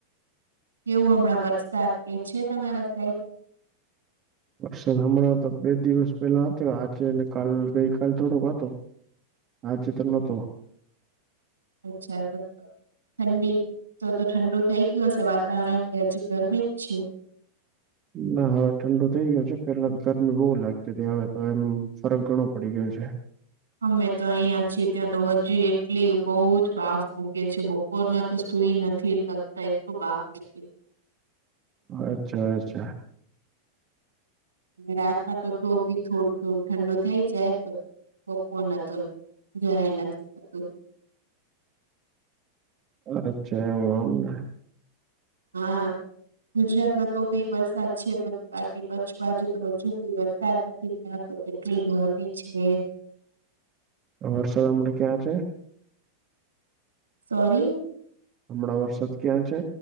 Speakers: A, on the right (about 75°); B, on the right (about 30°).
A: કેવું હમણાં વરસાદ કે છે તમારા સાઈડ
B: સર હમણાં તો બે દિવસ પેલા હતો આજેને કાલ ગઈ કલ થોડોક હતો આજે તો નોતો
A: અચ્છા તો ઠંડી તો તો ઠંડુ થઈ ગયું હશે વાતાવરણ કે હજી ગરમી જ છે
B: ના હવે ઠંડુ થઇ ગયું છે પેલા તો ગરમી બહુ લાગતી હતી હવે તો એમ ફરક ઘણો પડી ગયો છે
A: અમે તો અહિયાં છીએ ત્યાં તો હજુ એટલી બહુ જ બાફ બૂકે છે બ બપોર ના તો સુઈ નથી શકતા એટલું બાફ છૂટે છે
B: અચ્છા અચ્છા
A: રાત માં તો તો ભી થોડું થોડું ઠંડુ થઈ જાય બપોરના તો જરાય નથી થતું
B: અચ્છા એવું આમને
A: હા ગુજરાતમાં તો ભી વરસાદ છે બાકી કચ્છ બાજુ તો હજુ ભી વરસાદ ત્યાં તો કેટલી ગરમી છે
B: વરસાદ હમણાં ક્યાં છે
A: સોરી
B: હમણાં વરસાદ ક્યાં છે